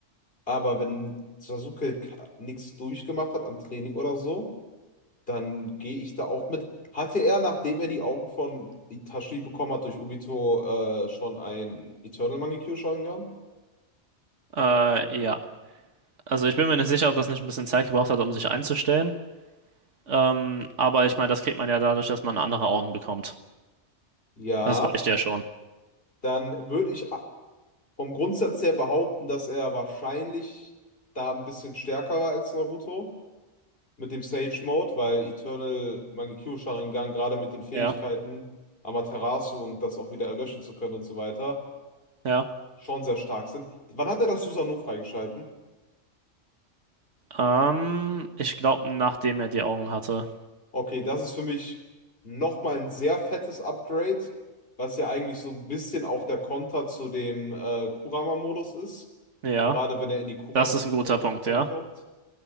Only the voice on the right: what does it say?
Äh, ja. Also ich bin mir nicht sicher, ob das nicht ein bisschen Zeit gebraucht hat, um sich einzustellen. Ähm, aber ich meine, das kriegt man ja dadurch, dass man andere Augen bekommt.
Das reicht ja schon.
Ja,
ja.
Ähm, ich glaube, nachdem er die Augen hatte.
Ja,
das ist ein
guter Punkt, ja.